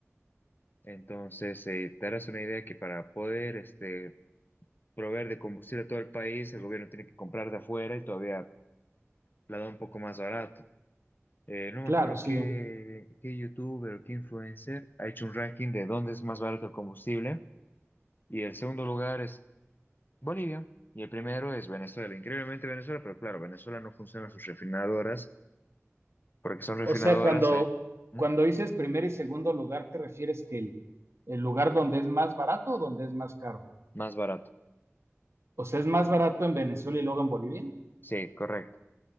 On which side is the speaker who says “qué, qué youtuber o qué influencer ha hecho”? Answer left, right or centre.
Left